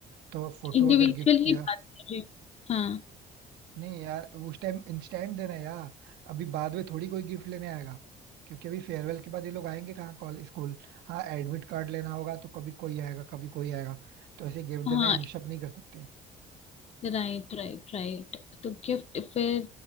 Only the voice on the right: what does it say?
तो फोटो
अगर गिफ्ट किया
नहीं यार उस टाइम इंस्टेंट देना है यार अभी बाद में थोड़ी कोई गिफ्ट लेने आएगा क्योंकि अभी फेयरवेल के बाद ये लोग आएंगे कहाँ कॉलेज स्कूल हाँ एडमिट कार्ड लेना होगा तो कभी कोई आएगा कभी कोई आएगा तो ऐसे गिफ्ट
देना हम शप नहीं कर सकते